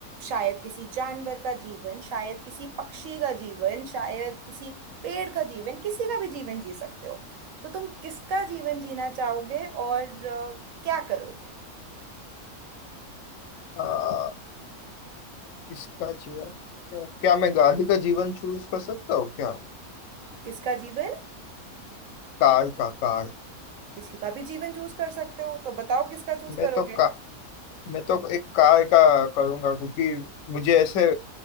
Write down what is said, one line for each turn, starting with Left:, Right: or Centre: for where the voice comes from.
Right: शायद किसी जानवर का जीवन शायद किसी पक्षी का जीवन शायद किसी पेड़ का जीवन किसी का भी जीवन जी सकते हो तो तुम किसका जीवन जीना चाहोगे और अ, क्या करोगे
Left: आ, किसका जीवन क्या क्या मैं गाड़ी का जीवन चूज कर सकता हूँ क्या
Right: किसका जीवन
Left: कार का कार
Right: किसी का भी जीवन चूज कर सकते हो तो बताओ किसका चूज
Left: मैं
Right: करोगे
Left: तो का मैं तो एक कार का करूंगा क्योंकि मुझे ऐसे